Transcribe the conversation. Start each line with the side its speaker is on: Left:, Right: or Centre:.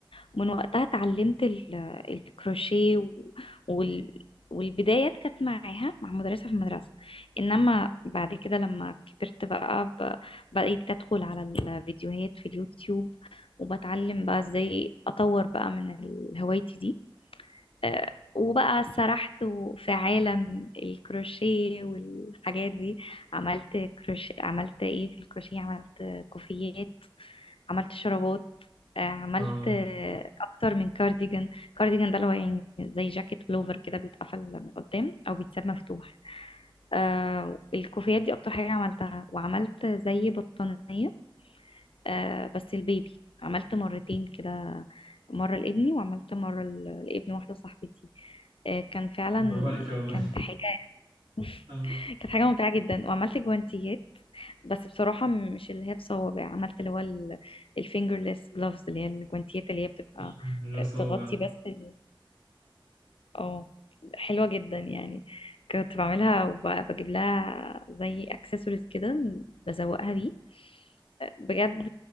Left: ومن وقتها اتعلمت ال- الكروشيه و- وال والبدايات كانت معاها مع مدرسة في المدرسة إنما بعد كده لما كبرت بقى ب- بقيت أدخل على الفيديوهات في اليوتيوب وبتعلم بقى إزاي أطور بقى من ال- هوايتي دي آه، وبقى سرحت في عالم الكروشيه والحاجات دي عملت كروشيه عملت ايه في الكروشيه عملت كوفيات عملت شرابات آه، عملت
Right: اه
Left: آه، اكتر من كارديجان كارديجان ده اللي هو يعني زي جاكيت بلوفر كده بيتقفل من قدام او بيتساب مفتوح آه الكوفيات دي اكتر حاجة عملتها وعملت زي بطانية آه بس البيبي عملت مرتين كده مرة لابني وعملت مرة ل- لابن واحدة صاحبتي آه كان فعلا
Right: برافو عليكي والله
Left: كانت حاجة
Right: <laughs>
Left: <laughs>
Right: اه
Left: كانت حاجة ممتعة جدا وعملت جوانتيات بس بصراحة مش اللي هي بصوابع عملت اللي هو الفينجرلس جلوفز اللي هي الجوانتيات اللي هي بتبقى
Right: آه، من غير
Left: آه،
Right: صوابع
Left: تغطي بس ال- اه حلوة جدا يعني كنت بعملها وبجيب لها زي اكسسوارز كده بزوقها بيه آه، بجد